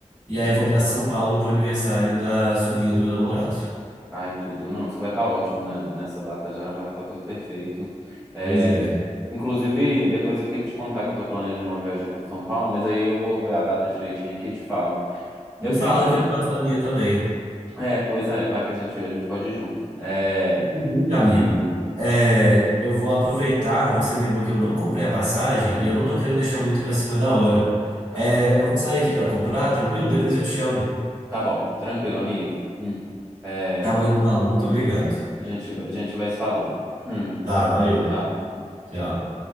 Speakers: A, on the right; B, on the right.
A: E aí, vou pra São Paulo pro aniversário da sobrinha do meu namorado.
B: Ai, tudo. Não, isso vai estar ótimo né, nessa data já, já vai estar tudo perfeito. É,
A: Pois é.
B: inclusive, depois eu tenho que te contar que eu tô planejando uma viagem para São Paulo, mas aí eu vou ver a data direitinho aqui e te falo. Eu
A: Me
B: sei
A: fala
B: que você...
A: que eu te passo a minha também.
B: É, pois é, vai que a gente, a gente pode ir junto. É,
A: Inclusive,
B: enfim,
A: amigo, é, eu vou aproveitar. Você me lembrou que eu não comprei a passagem e eu não tô querendo deixar muito pra cima da hora.
B: tá.
A: É, eu vou sair aqui pra comprar, tranquilo? Depois eu te chamo.
B: Tá bom. Tranquilo, amigo. Hum. É,
A: Tá bom, então. Muito obrigado.
B: a gente, a gente vai se falando. Hum.
A: Tá, valeu.
B: Tchau.
A: Tchau.